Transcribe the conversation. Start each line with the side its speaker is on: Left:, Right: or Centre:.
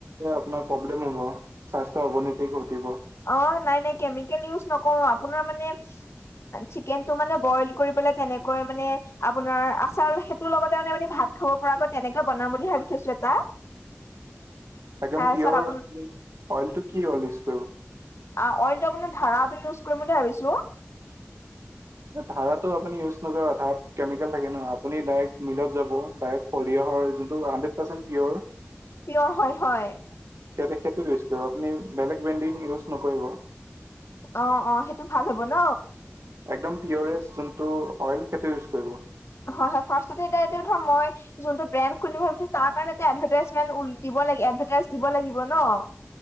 Right: আপোনাৰ প্ৰব্লেম হ'ব, স্বাস্থ্যৰ অৱনীতি ঘটিব।
Left: অ' নাই নাই কেমিকেল ইউজ নকৰো আপোনাৰ মানে। চিকেন টো মানে বইল কৰিবলে তেনেকৈ মানে, আপোনাৰ আচাৰ সেইটোৰ লগতে মানে আহ ভাত। খাব পৰাকৈ তেনেকে বনাম বুলি ভাবি থৈছো এটা।
Right: একম
Left: তাৰপিছত
Right: পিয়ৰ
Left: আপোন
Right: অইলটো কি ইউজ
Left: অ' অইলটো আপাৰ ধাৰা আ ইউজ কৰিম বুলি ভাবিছো।
Right: ধাৰো আপুনি ইউজ নকৰিব, ধাৰাত কেমিকেল থাকে ন আপুনি ডাইৰেক্ট মিলত যাব ডাইৰেক্ট। পৰিৰিয়হৰ যোনটো হানড্ৰেড পাৰ্চেণ্ট পিয়ৰ।
Left: পিয়ৰ, হয় হয়।
Right: সেইয়াতে- সেইটো ইউজ কৰিব আপুনি বেলেগ ব্ৰেণ্ডিং ইউজ নকৰিব।
Left: অ' অ' সেইটো ভাল হব ন।
Right: <unintelligible>
Left: হয় হয়, ফাৰ্ষ্টতে এতিয়া - এতিয়া ধৰ মই। যোনটো ব্ৰেণ্ড খুলিব ভাবিছো, তাৰ কাৰণে এ এডভাৰটাইজমেণ্টল দিব লাগ এডভাৰটাইজ দিব লাগিব ন।